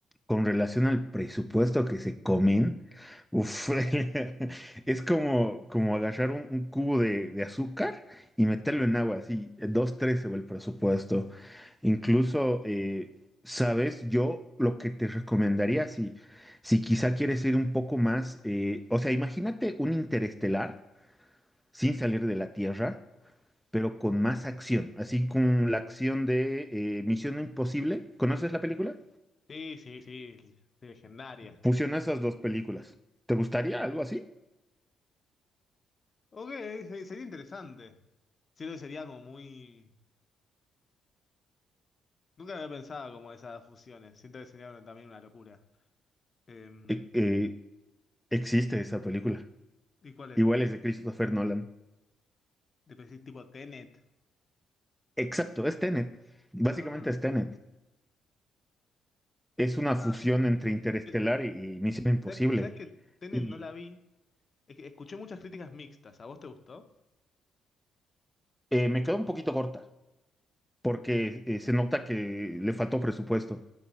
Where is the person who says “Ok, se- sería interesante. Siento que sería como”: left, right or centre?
Left